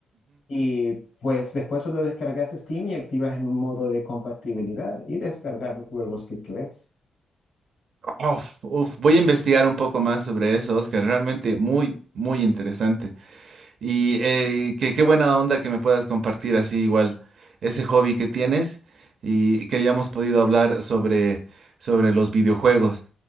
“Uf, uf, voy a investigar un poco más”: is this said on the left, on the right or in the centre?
Right